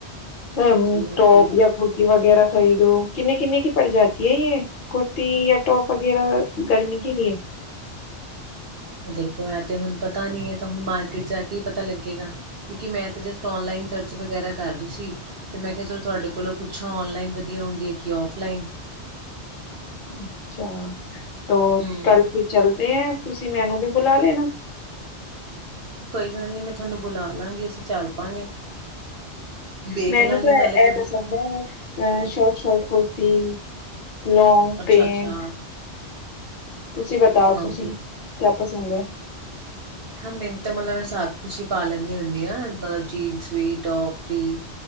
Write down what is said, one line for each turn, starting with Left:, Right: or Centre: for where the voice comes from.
Left: ਹਮ
Right: ਓਕੇ ਓਕੇ
Left: ਟੋਪ ਜਾਂ ਕੁਰਤੀ ਵਗੈਰਾ ਖ਼ਰੀਦੋ ਕਿੰਨੇ-ਕਿੰਨੇ ਕੀ ਪੜ ਜਾਤੀ ਹੈ ਯ ਕੁੁਰਤੀ ਜਾਂ ਟੋਪ ਵਗੈਰਾ ਗਰਮੀ ਕੇ ਲੀਏ।
Right: ਦੇਖੋ ਇਹ ਤੇ ਹੁਣ ਪਤਾ ਨੀ ਹੈ ਹੁਣ ਮਾਰਕੀਟ ਜਾ ਕੇ ਹੀ ਪਤਾ ਲੱਗੇਗਾ ਕਿਉਂਕਿ ਮੈਂ ਤਾਂ ਜਸਟ ਔਨਲਾਈਨ ਸਰਚ ਵਗੈਰਾ ਕਰ ਰਹੀ ਸੀ ਤੇ ਮੈਂ ਕਿਹਾ ਚਲੋ ਤੁਹਾਡੇ ਕੋਲੋਂ ਪੁੱਛੋ ਔਨਲਾਈਨ ਵਧੀਆ ਹੁੰਦੀ ਹੈ ਕਿ ਔਫਲਾਈਨ।
Left: ਅੱਛਾ ਤੋਂ
Right: ਹਮ
Left: ਕੱਲ ਕੀ ਚਲਦੇ ਹੈ ਤੁਸ ਮੈਨੂੰ ਵੀ ਬੁਲਾ ਲੈਣਾ।
Right: <unintelligible> ਮੈਂ ਤੁਹਾਨੂੰ ਬੁਲਾ ਲਵਾਂਗੀ ਅਸੀਂ ਚੱਲ ਪਾਂਗੇ ਦੇਖ
Left: ਮੈਨੂੰ
Right: ਲਾਂਗੇ
Left: ਤਾਂ
Right: ਨਾਲੇ
Left: ਇਹ
Right: ਥੋੜੇ
Left: ਪਸੰਦ ਹੈ ਅਹ ਸ਼ੋਰਟ ਸ਼ੋਟ ਕੁੁਰਤੀ ਲੋਂਗ
Right: ਅੱਛਾ
Left: ਪੈਂਟ।
Right: ਅੱਛਾ
Left: ਤੁਸੀਂ ਬਤਾਓ ਤੁਸੀਂ
Right: ਓਕੇ
Left: ਕ ਪਸੰਦ ਹੈ।
Right: ਹਾਂ ਮੈਨੂੰ ਤਾਂ ਮਤਲਬ ਹੈ ਸਬ ਕੁੱਛ ਵੀ ਪਾ ਲੈਨੀ ਹੁੰਨੀ ਆ। ਮਤਲਬ ਜੀਨਸ ਵੀ, ਟੋਪ ਤੇ